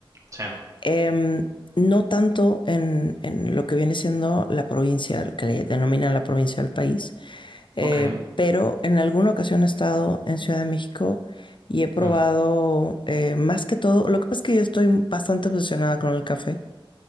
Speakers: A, on the right; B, on the left.
A: Sí,
B: Em, no tanto en, en lo que viene siendo la provincia, que le denominan la provincia del país, eh,
A: ok.
B: pero en alguna ocasión he estado en Ciudad de México y he probado
A: hmm,
B: eh, más que todo, lo que pasa es que yo estoy bastante obsesionada con el café,